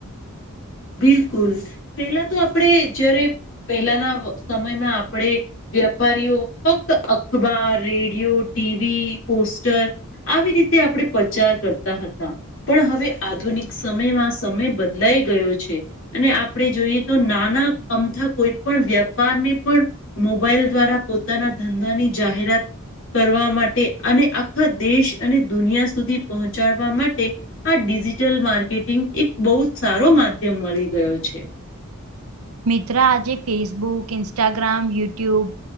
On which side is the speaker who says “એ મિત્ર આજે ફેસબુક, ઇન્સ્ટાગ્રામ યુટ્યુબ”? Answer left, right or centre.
Right